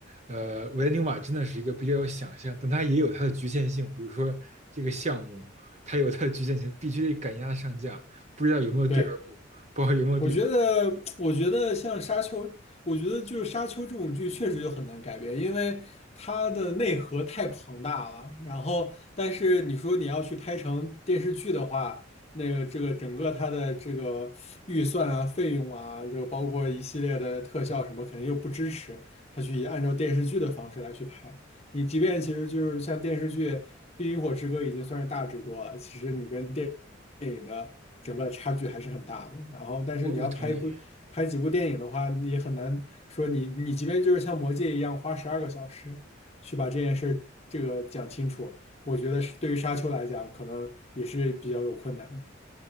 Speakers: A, on the right; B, on the left.
A: 呃，维恩纽瓦真的是一个比较有想象，但它也有它的局限性。比如说这个项目，它有它的局限性，必须得赶鸭子上架。不知道有没有第二部，
B: 对。
A: 不知道有没有第三。
B: 我觉得，我觉得像《沙丘》，我觉得就是《沙丘》这种剧确实就很难改编，因为它的内核太庞大了。然后，但是你说你要去拍成电视剧的话，那个这个整个它的这个预算啊、费用啊，就包括一系列的特效什么，肯定又不支持它去按照电视剧的方式来去拍。你即便其实就是像电视剧《冰与火之歌》已经算是大制作了，其实你跟电电影的整个差距还是很大的。然后，但是你要拍一部拍几部电影的话，
A: 我我同意，
B: 你也很难说你你即便就是像《魔戒》一样花十二个小时去把这件事儿这个讲清楚，我觉得是对于沙丘来讲，可能也是比较有困难的。